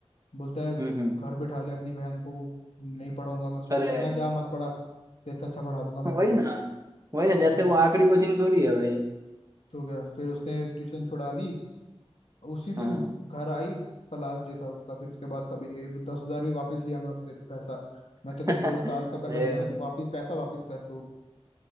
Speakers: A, on the left; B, on the right.
A: बोलता है
B: हम्म हम्म
A: घर बैठा ले अपनी बहन को नहीं पढ़ाऊंगा मैं उसको
B: अरे
A: ट्यूशन मैं जा मत पढ़ा तेरे से अच्छा पढ़ा लूंगा मैं खुद
B: वही ना वही ना
A: ठीक
B: जैसे
A: है ना
B: वो आखिरी कोचिंग थोड़ी है भाई
A: तो क्या फिर उसने ट्यूशन छुड़ा दी उसी दिन
B: हाँ
A: घर आई उसका लास्ट डे था उसका फिर उसके बाद कभी नहीं गई वो दस हजार भी वापस लिया मैं उससे पैसा
B: <laughs>
A: मैं तेरे को पूरा साल का पैसा
B: नहीं
A: दिया ना तो वापस पैसा वापस कर तू